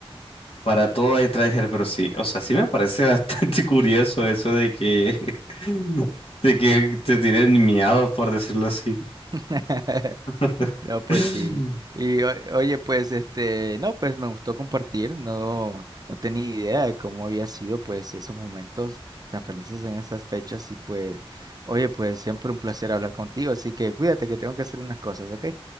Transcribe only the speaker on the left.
para todo hay Traeger, pero sí, o sea, sí me parece bastante <laughs> curioso eso de que, <laughs> de que te tiren miados, por decirlo así.
<laughs>